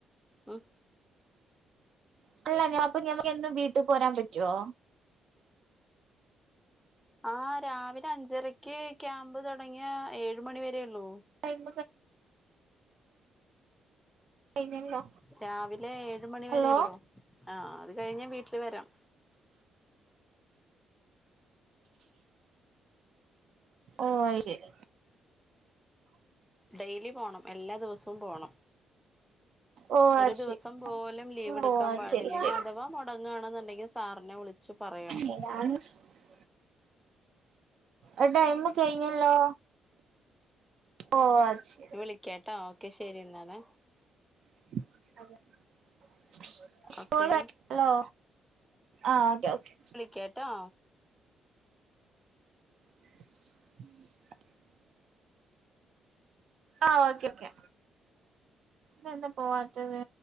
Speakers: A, in the centre; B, on the right (about 60°).
A: ഉം
B: സ്‌റ്റല്ലെങ്ങനാ പ്പ ഞമ്മക്കെന്നും വീട്ടിപോരാൻ പറ്റോ?
A: ആഹ് രാവിലഞ്ചരക്ക് ക്യാമ്പ് തുടങ്ങ്യാ ഏഴ് മണി വരെ ള്ളൂ.
B: ടൈം കഴിഞ്ഞല്ലോ
A: രാവിലെ ഏഴ് മണി
B: ഹലോ
A: വരെ ള്ളൂ ആ അത് കഴിഞ്ഞ് വീട്ടിൽ വരാം
B: ഓഹ് അഅ് ശരി
A: ഡെയിലി പോണം എല്ലാ ദിവസവും പോണം
B: ഓ
A: ഒരു
B: അത്
A: ദിവസം
B: ശരി
A: പോലും ലീവെടുക്കാൻ
B: ഓ അത്
A: പാടില്ല
B: ശരി ശരി
A: ഇനി അഥവാ മൊടങ്ങാണെന്നുണ്ടെങ്കി സാറിനെ വിളിച്- ച്ച് പറയണം
B: <unintelligible> അഅ് ടൈമ് കഴിഞ്ഞല്ലോ ഓഹ് അത് ശരി
A: ളിക്കാട്ടൊ ഓക്കെ ശരിന്നാല്
B: <unintelligible> സ്കോളല്ലോ
A: ഓക്കെ
B: ആഹ് ഓക്കെ ഓക്കെ
A: കേട്ടോ
B: ഉ ആഹ് ഓക്കെ ഓക്കെ തെന്താ പോവാത്തത്?